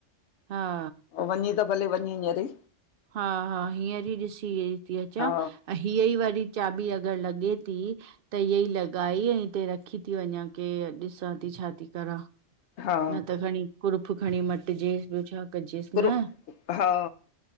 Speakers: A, on the right; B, on the left.
A: हा
B: वञी त भले वञ हींअर ई।
A: हा हा हींअर ई ॾिसी ती अचां
B: हा
A: ए हीअ ई वारी चाबी अगर लॻे ती त इअ ई लॻाई ऐं हिते रखी थी वञा, के ॾिसां थी, छा थी करां।
B: हा
A: न त खणी, कुरफ खणी मटजेस, ब्यो छा। कजेसि
B: कुरु,
A: न
B: हा,